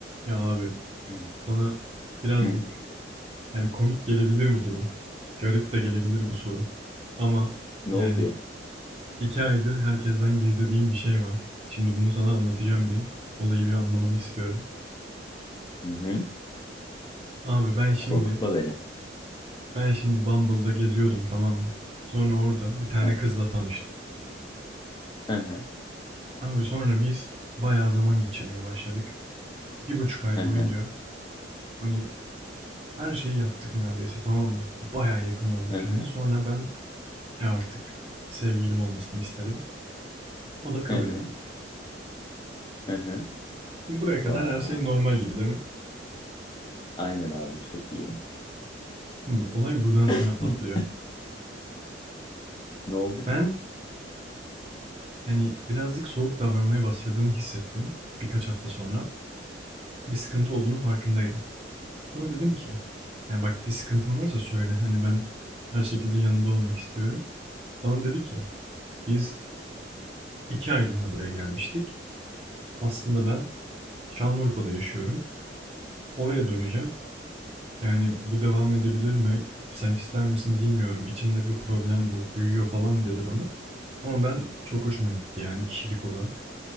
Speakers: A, on the right; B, on the left.
A: Ya abi
B: Hı
A: sana birazcık
B: hı.
A: yani komik gelebilir bu durum. Garip de gelebilir bu sorum. Ama
B: Ne
A: yani
B: oldu ya?
A: iki aydır herkesten gizlediğim bir şey var. Şimdi bunu sana anlatacağım bir. Olayı bir anlamanı istiyorum.
B: Hı hı.
A: Abi ben şimdi
B: Korkutma beni.
A: ben şimdi Bumble'da geziyordum tamam mı? Sonra orada bir tane
B: Hı
A: kızla tanıştım.
B: hı hı
A: Abi sonra biz bayağı zaman geçirmeye başladık. Bir buçuk ay
B: hı
A: boyunca
B: hı
A: hani her şeyi yaptık neredeyse tamam mı? Bayağı yakın olduk
B: hı hı
A: yani. Sonra ben E artık sevgilim olmasını istedim. O da kabul
B: hı hı.
A: etti.
B: hı
A: Şimdi buraya kadar
B: Vay.
A: her şey normal gibi değil mi?
B: Aynen abi çok iyi.
A: Şimdi olay buradan sonra
B: <clears throat>
A: patlıyor.
B: Hı. Ne oldu
A: Ben
B: ki?
A: hani birazcık soğuk davranmaya başladığını hissettim birkaç hafta sonra. Bir sıkıntı olduğunu farkındaydım. Sonra dedim ki ya bak bir sıkıntın varsa söyle hani ben her şekilde yanında olmak istiyorum. Bana dedi ki biz iki aylığına buraya gelmiştik. Aslında ben Şanlıurfa'da yaşıyorum. Oraya döneceğim. Yani bu devam edebilir mi? Sen ister misin bilmiyorum. İçimde bir problem bu. Büyüyor falan dedi bana. Ama ben çok hoşuma gitti yani kişilik olarak.